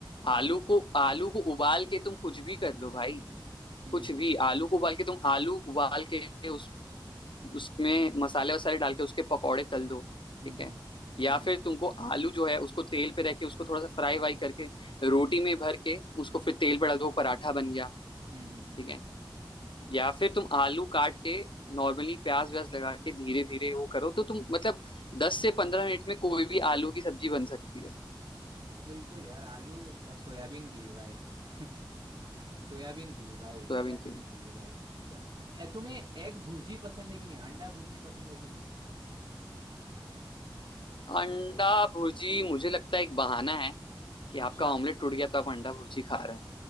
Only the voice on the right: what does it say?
हाँ
हाँ
हम्म
हम्म
हम्म
हम्म
हम्म हम्म, हम्म।
बिल्कुल यार आलू और सोयाबीन की भी भाई <laughs> सोयाबीन की भी भाई सोयाबीन
की भी भाई त- ए, तुम्हें एग भुर्जी पसंद है कि नहीं अंडा भुर्जी पसंद है कि नहीं
अच्छा